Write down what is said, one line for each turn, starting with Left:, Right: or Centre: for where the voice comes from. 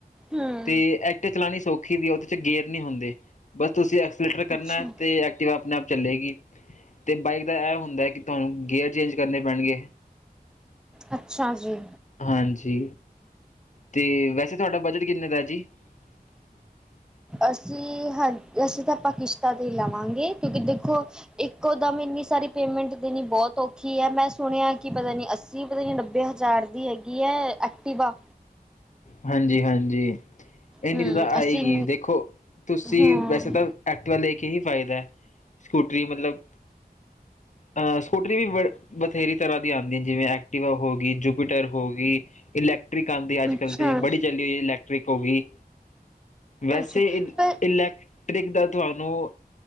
Centre: ਹੂੰ
Left: ਤੇ ਐਕਟਿਵਾ ਚਲਾਉਣੀ ਸੌਖੀ ਵੀ ਉਹਦੇ 'ਚ ਗੇਰ ਨਹੀਂ ਹੁੰਦੇ ਬਸ ਤੁਸੀਂ ਐਕਸਲੇਟਰ ਕਰਨਾ
Centre: ਅੱਛਾ,
Left: ਤੇ ਐਕਟਿਵਾ ਆਪਣੇ ਆਪ ਚੱਲੇਗੀ, ਅਤੇ ਬਾਈਕ ਦਾ ਇਹ ਹੁੰਦਾ ਕਿ, ਤੁਹਾਨੂੰ ਗੀਅਰ ਚੇਂਜ ਕਰਨੇ ਪੈਣਗੇ।
Centre: ਅੱਛਾ ਜੀ
Left: ਹਾਂਜੀ, ਤੇ ਵੈਸੇ ਤੁਹਾਡਾ ਬਜਟ ਕਿੰਨੇ ਦਾ ਜੀ <unintelligible>
Centre: ਅਸੀਂ ਹਾਂ, ਅਸੀਂ ਤਾਂ ਆਪਾਂ ਕਿਸ਼ਤਾਂ 'ਤੇ ਹੀ ਲਵਾਂਗੇ ਕਿਉਂਕਿ ਦੇਖੋ ਇੱਕੋ ਦਮ ਇੰਨੀ ਸਾਰੀ ਪੇਮੈਂਟ ਦੇਣੀ ਬਹੁਤ ਔਖੀ ਹੈ, ਮੈਂ ਸੁਣਿਆ ਕੀ ਪਤਾ ਨਹੀਂ ਅੱਸੀ, ਪਤਾ ਨਹੀਂ ਨੱਬੇ ਹਜ਼ਾਰ ਦੀ ਹੈਗੀ ਹੈ ਐਕਟੀਵਾ
Left: ਹਾਂਜੀ! ਹਾਂਜੀ! ਇੰਨੀ
Centre: ਹੂੰ
Left: ਦੀ ਤਾਂ ਆਏਗੀ
Centre: ਅਸੀਂ
Left: ਦੇਖੋ, ਤੁਸੀਂ
Centre: ਹਾਂ
Left: ਵੈਸੇ ਤਾਂ ਐਕਟੀਵਾ ਲੇ ਕੀ ਹੀ ਫਾਇਦਾ ਹੈ, ਸਕੂਟਰੀ ਮਤਲਬ ਅਹ ਸਕੂਟਰੀ ਵੀ। ਬਥੇਰੀ ਤਰ੍ਹਾਂ ਦੀ ਆੰਦੀ ਜਿਵੇਂ ਐਕਟੀਵਾ ਹੋ ਗਈ, ਜੂਪੀਟਰ ਹੋ ਗਈ ਇਲੈਕਟ੍ਰਿਕ ਆਦੀਂ ਅਜ-
Centre: ਅੱਛਾ
Left: ਕੱਲ ਤੇ ਬੜੀ ਚੱਲੀ ਹੋਈ ਇਲੈਕਟ੍ਰਿਕ ਹੋਗੀ ਵੈਸੇ
Centre: ਅੱਛਾ
Left: ਇ
Centre: ਪਰ
Left: ਇਲੈਕਟ੍ਰਿਕ ਦਾ ਤੁਹਾਨੂੰ